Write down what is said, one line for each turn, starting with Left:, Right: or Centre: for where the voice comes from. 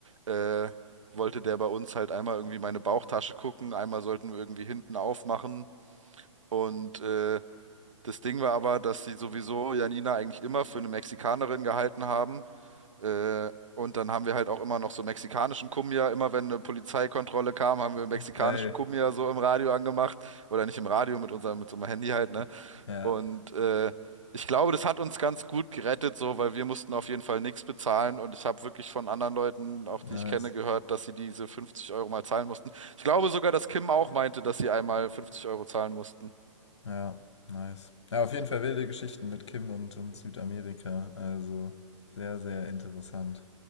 Right: äh, wollte der bei uns halt einmal irgendwie meine Bauchtasche gucken, einmal sollten wir irgendwie hinten aufmachen. Und äh, das Ding war aber, dass sie sowieso Janina eigentlich immer für eine Mexikanerin gehalten haben äh, und dann haben wir halt auch immer noch so mexikanischen Cumbia. Immer wenn eine Polizeikontrolle kam, haben wir mexikanischen
Left: <laughs> Geil.
Right: Cumbia so im Radio angemacht. Oder nicht im Radio, mit unserem, mit so einem Handy halt, ne?
Left: Ja.
Right: Und äh, ich glaube, das hat uns ganz gut gerettet, so, weil wir mussten auf jeden Fall nichts bezahlen. Und ich habe wirklich von anderen Leuten, auch
Left: Nice.
Right: die ich kenne, gehört, dass sie diese 50 Euro mal zahlen mussten. Ich glaube sogar, dass Kim auch meinte, dass sie einmal 50 Euro zahlen mussten.
Left: Ja, nice. Ja, auf jeden Fall wilde Geschichten mit Kim und, und Südamerika. Also sehr, sehr interessant.